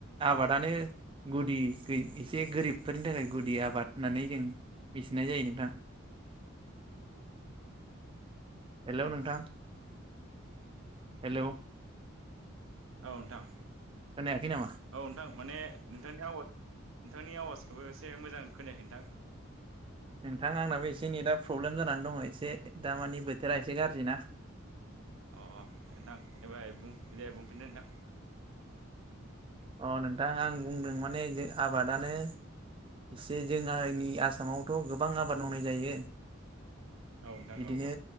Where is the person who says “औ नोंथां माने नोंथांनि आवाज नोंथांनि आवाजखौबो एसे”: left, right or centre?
Right